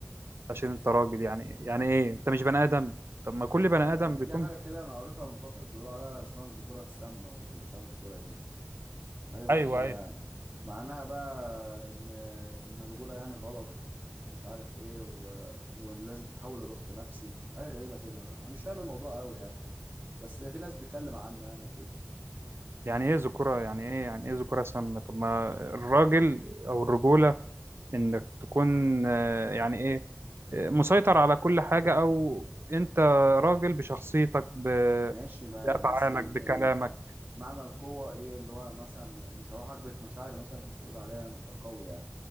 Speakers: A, on the right; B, on the right.
A: عشان انت راجل يعني يعني ايه انت مش بني ادم طب ما كل
B: يا عم
A: بني ادم بيكون
B: دي حاجه كده انا قريتها من فتره بيقولوا عليها اسمها الذكوره السامه ولا مش عارف ذكوره ايه حاجه زي
A: ايوه
B: كده
A: ايوه
B: يعني معناها بقى ان ان الرجوله يعني غلط مش عارف ايه و... ولازم تتحول لضغط نفسي حاجه غريبه كده انا مش فاهم الموضوع قوي يعني بس في ناس بتتكلم عنه يعني وكده
A: يعني ايه ذكورة يعني ايه يعني ايه ذكورة سامة طب ما الراجل او الرجولة انك تكون آه، يعني ايه آه، مسيطر على كل حاجة او انت راجل بشخصيتك ب-
B: ماشي ما
A: بافعالك
B: بس ال...
A: بكلامك
B: ال... معنى القوة ايه اللي هو مثلا مش هروح اكبت مشاعري مثلا عشان تقول عليا انت قوي يعني